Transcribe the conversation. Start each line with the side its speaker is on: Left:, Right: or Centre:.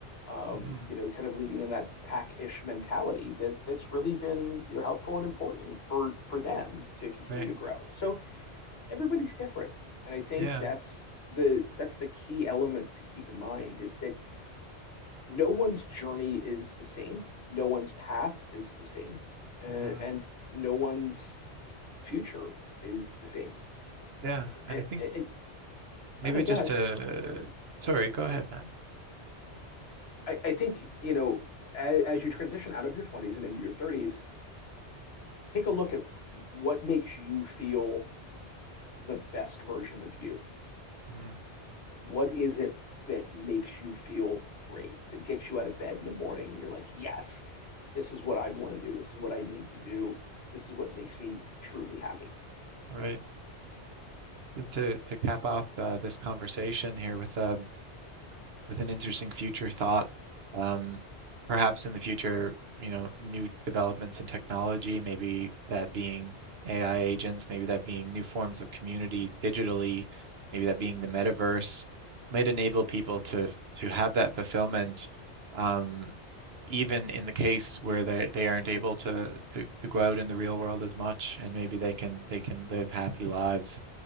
Left: Um,
Right: mm-hmm,
Left: you know, kind of leading in that pack-ish mentality that that's really been you know helpful and important for for them to continue
Right: right.
Left: to grow. So everybody's different, and I think
Right: Yeah.
Left: that's the that's the key element to keep in mind is that no one's journey is the same, no one's path is the same, and,
Right: Mm-hmm.
Left: and no one's future is the same.
Right: Yeah. And
Left: And,
Right: I think
Left: and
Right: Maybe
Left: Oh no,
Right: just
Left: go ahead.
Right: to, sorry, go ahead, Matt.
Left: I, I think, you know, as, as you transition out of your 20s and into your 30s, take a look at what makes you feel the best version of you.
Right: Mm,
Left: What is it that makes you feel great, that gets you out of bed in the morning? and You're like, yes, this is what I want to do. This is what I need to do. This is what makes me truly happy.
Right: right. To to cap off uh, this conversation here with um with an interesting future thought. Um, perhaps in the future, you know, new developments in technology, maybe that being AI agents, maybe that being new forms of community digitally, maybe that being the metaverse, might enable people to to have that fulfillment. Um, even in the case where they, they aren't able to, to to go out in the real world as much, and maybe they can they can live happy lives,